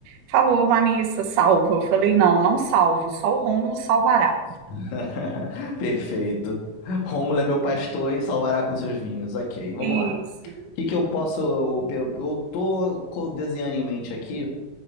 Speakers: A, on the right; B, on the left.
A: falou, Vanessa, salva. Eu falei, não, não salvo, só o Rômulo salvará.
B: <laughs> Perfeito. Rômulo é meu pastor e salvará com seus vinhos. Ok, vamos
A: Isso.
B: lá. O que que eu posso. Eu eu tô co- desenhando em mente aqui